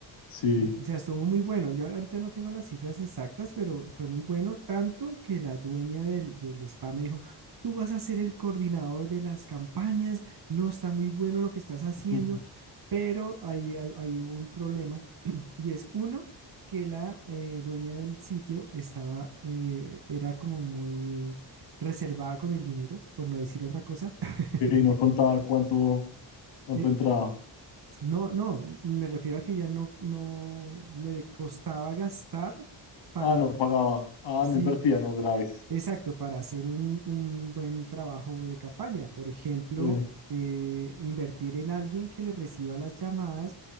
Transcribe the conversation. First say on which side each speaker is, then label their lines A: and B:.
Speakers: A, on the left; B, on the right.
A: Sí.
B: O sea, estuvo muy bueno. Yo ahorita no tengo las cifras exactas, pero fue muy bueno, tanto que la dueña del, del spa me dijo, tú vas a ser el coordinador de las campañas, no está muy bueno lo que estás haciendo,
A: <laughs> y
B: pero ahí hay, hay un problema <clears throat> y es uno, que la eh, dueña del sitio estaba, eh, era como muy reservada con el dinero, por no decir otra cosa. <laughs>
A: no contaba cuánto ¿Cuánto
B: E-
A: entraba?
B: no, no, me refiero a que ya no, no le costaba gastar para,
A: Ah, no pagaba. Ah,
B: sí,
A: no invertía, no, graves.
B: exacto, para hacer un, un buen trabajo de campaña. Por ejemplo,
A: Sí,
B: eh, invertir en alguien que le reciba las llamadas,